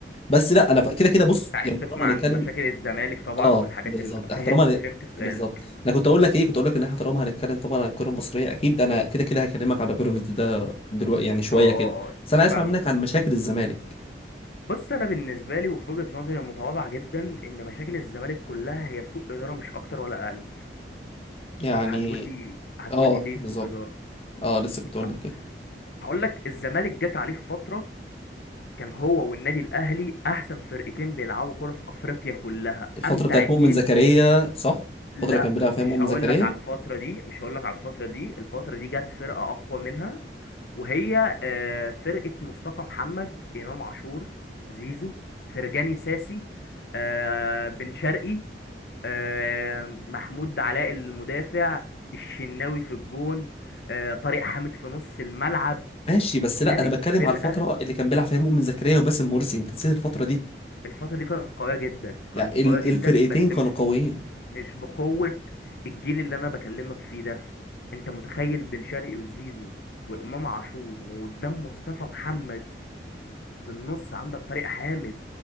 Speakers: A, on the left; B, on the left.
A: بس لا انا ف- كده كده بص
B: انت عايز
A: يعني
B: تسمع
A: طالما
B: عن
A: هنتكلم
B: مشاكل الزمالك طبعا
A: اه
B: والحاجات
A: بالظبط
B: اللي
A: احنا
B: فهمت
A: طالما هن-
B: فهمت سؤالك
A: بالظبط انا كنت اقول لك ايه كنت اقول لك ان احنا طالما هنتكلم طبعا عن الكره المصريه اكيد انا كده كده هكلمك على بيراميدز ده دلوقتي يعني شويه
B: اه اه
A: كده
B: اه
A: بس انا عايز
B: فاهمك
A: اسمع منك عن مشاكل الزمالك
B: بص انا بالنسبه لي وفي وجهه نظري المتواضعه جدا ان مشاكل الزمالك كلها هي سوء اداره مش اكتر ولا اقل
A: يعني
B: طب هتقولي هتقولي
A: اه
B: ليه
A: بالظبط
B: سوء اداره
A: اه لسه كنت اقول
B: ه-
A: لك كده
B: هقولك الزمالك جت عليه في فتره كان هو والنادي الاهلي احسن فرقتين بيلعبوا كره في افريقيا كلها
A: الفترة
B: امتع
A: بتاعت
B: اتنين
A: مؤمن زكريا صح؟
B: لا
A: الفترة اللي كان بيلعب فيها
B: مش
A: مؤمن
B: هقول
A: زكريا
B: لك على الفترة دي مش هقول لك على الفترة دي الفترة دي جت فرقة أقوى منها وهي آه، فرقة مصطفى محمد إمام عاشور زيزو فرجاني ساسي آه، بن شرقي آه، محمود علاء المدافع الشناوي في الجون آه، طارق حامد في نص الملعب
A: ماشي بس
B: كانت
A: لا انا بتكلم
B: فرقة
A: على الفترة اللي كان بيلعب فيها مؤمن زكريا وباسم مرسي انت نسيت الفترة دي
B: الفترة دي كانت قوية جدا
A: يعني
B: كانت
A: ال-
B: قوية جدا
A: الفرقتين
B: بس
A: كانوا
B: مش
A: قويين
B: مش بقوة الجيل اللي انا بكلمك فيه ده انت متخيل بن شرقي وزيزو وامام عاشور وقدام مصطفى محمد في النص عندك طارق حامد